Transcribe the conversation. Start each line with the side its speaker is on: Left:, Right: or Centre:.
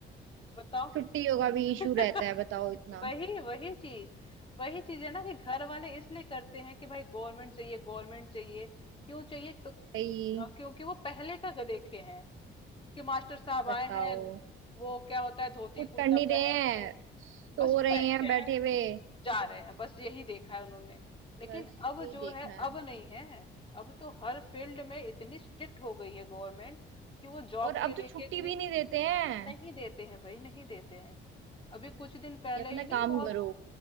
Left: बताओ
Right: छुट्टियों का भी
Left: <laughs>
Right: इशू रहता है बताओ इतना
Left: वही वही चीज वही चीज है ना कि घर वाले इसलिए करते हैं कि भाई गवर्नमेंट चाहिए गवर्नमेंट चाहिए क्यों चाहिए तो
Right: भाई
Left: क्योंकि वो पहले का देखे हैं कि मास्टर साहब
Right: बताओ
Left: आए हैं वो क्या होता है धोती
Right: कुछ
Left: कुर्ता
Right: कर नहीं रहे
Left: पहन
Right: हैं
Left: के
Right: सो
Left: बस <laughs>
Right: रहे
Left: बैठे
Right: हैं बैठे
Left: हैं
Right: हुए
Left: जा रहे हैं बस यही देखा है उन्होंने लेकिन
Right: बस
Left: अब
Right: यही
Left: जो
Right: देखा
Left: है
Right: है
Left: अब नहीं है अब तो हर फील्ड में इतनी स्ट्रिक्ट हो गई है गवर्नमेंट कि वो जॉब
Right: और अब
Left: के लिए
Right: तो
Left: के,
Right: छुट्टी
Left: कि
Right: भी नहीं देते हैं
Left: नहीं देते हैं भाई नहीं देते हैं अभी कुछ दिन पहले
Right: कि अपना
Left: ही नहीं
Right: काम
Left: बहुत
Right: करो